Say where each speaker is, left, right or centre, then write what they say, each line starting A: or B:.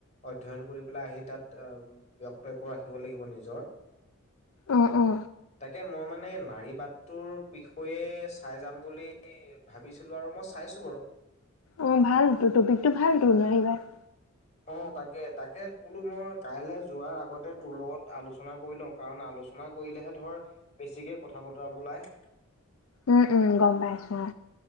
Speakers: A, on the left; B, on the left.
A: অধ্যয়ন কৰি পেলাই আহি তাত বক্তব্য ৰাখিব লাগিব নিজৰ
B: অঁ অ
A: তাকে মই মানে নাৰী বাটটোৰ বিষয়ে চাই যাম বুলি ভাবিছিলো আৰু মই চাইছোঁ বাৰু
B: অ ভালতো তপিকতো ভাল তো নাৰী বাদ
A: অ তাকে তাকে বোলো মই কাইলৈ যোৱাৰ আগতে তোৰ লগত আলোচনা কৰি লওঁ কাৰণ আলোচনা কৰিলেহে ধৰ বেছিকে কথা বতৰাবোৰ ওলাই
B: উম উম গম পাইছো অ